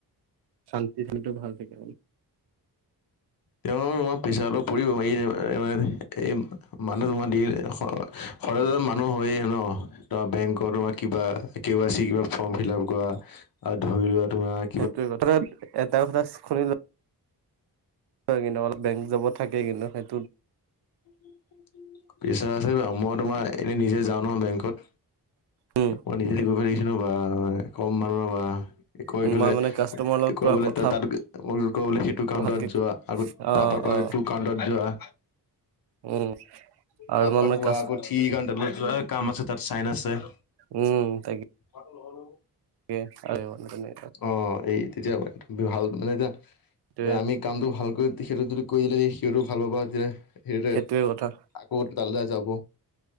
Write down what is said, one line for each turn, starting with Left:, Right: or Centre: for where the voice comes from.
Right: শান্তি সেইটো ভাল থাকে।
Left: তেওঁ আমাৰ পেচাৰটো অলপ পৰিবইটো মানে এই মানুহ তোমাৰ দিয়ে যে খৰজ খৰজ মানুহ হয়েই ন। তোৰ বেংকৰ তোমাক কিবা কে আই চি কিবা ফৰ্ম ফিলাপ কৰা আৰু ধৰি লোৱা তোমাক
Right: সেইটোৱে কথা এটা কথা শুনিলো হয় কিন্তু অলপ বেংক যাব থাকে কিন্তু সেইটোত।
Left: <inaudible> পইছাৰ আছে বাৰু মই তোমাৰ এনে নিজে যাওঁ নহয় বেংকত।
Right: উম
Left: মই নিজে গৈ পেলাই দেখিছোঁ ন বা কম মানুহৰ বা। গৈ
Right: উম
Left: পেলাই
Right: মই মানে কাষ্টমাৰ লগত পুৰা
Left: কৰিবলে
Right: কথা
Left: ত তাত <unintelligible> সেইটো কাউটত
Right: ভালকে
Left: যোৱা আকৌ
Right: অ
Left: তাৰ পৰা কয়
Right: অ
Left: ইটো কাউণ্টত যোৱা।
Right: উম আৰু
Left: তাপা
Right: তোমাৰ
Left: আকৌ
Right: মানে কাচ
Left: কোৱা থ্ৰি আ তাত কাম আছে তাত চাইন আছে।
Right: উম তাকে।
Left: ভাল নহ'লে
Right: এ আইয় এনে
Left: অঁ, এই তেতিয়া ভাল মানে, এতিয়া
Right: সেইটোৱে
Left: আমি কামটো ভালকৈ সিহঁতক যদি কৰি দিলে যদি সিহঁটো ভাল পাব যে সিহঁতে
Right: সেইটোৱে কথা
Left: আকৌ তালে যাব।